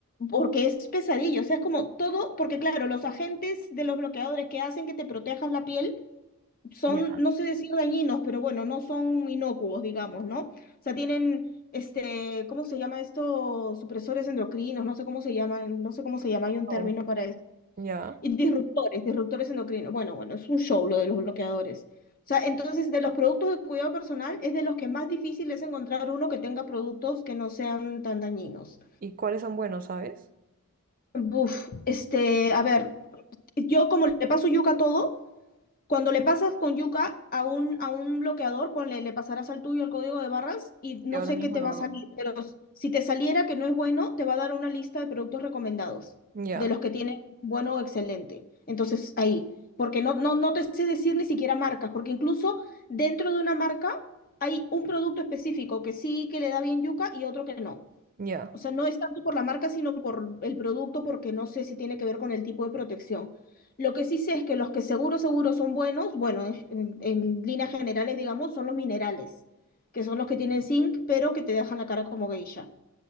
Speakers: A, on the left (about 40°); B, on the right (about 40°).
A: Porque es pesadillo, o sea, es como todo, porque claro, los agentes de los bloqueadores que hacen que te protejas la piel son,
B: Ya,
A: no sé decir dañinos, pero bueno, no son inocuos, digamos, ¿no? O sea, tienen, este, ¿cómo se llama esto? Supresores endocrinos, no sé cómo se llaman, no sé cómo se llama, hay un
B: oh,
A: término para eso.
B: ya.
A: Y disruptores, disruptores endocrinos. Bueno, bueno, es un show lo de los bloqueadores. O sea, entonces, de los productos de cuidado personal, es de los que más difícil es encontrar uno que tenga productos que no sean tan dañinos.
B: ¿Y cuáles son buenos, sabes?
A: Buf, este, a ver, yo como le paso yuca a todo, Cuando le pasas con yuca a un, a un bloqueador, ponle, le pasarás al tuyo el código de barras y no
B: que ahora
A: sé
B: mismo
A: qué te
B: lo
A: va
B: hago.
A: a salir. Pero si te saliera que no es bueno, te va a dar una lista de productos recomendados,
B: Ya,
A: de los que tienen bueno o excelente. Entonces, ahí, porque no, no, no te sé decir ni siquiera marcas, porque incluso dentro de una marca hay un producto específico que sí que le da bien yuca y otro que no.
B: ya.
A: O sea, no es tanto por la marca, sino por el producto, porque no sé si tiene que ver con el tipo de protección. Lo que sí sé es que los que seguro, seguro son buenos, bueno, en, en líneas generales, digamos, son los minerales, que son los que tienen zinc, pero que te dejan la cara como geisha.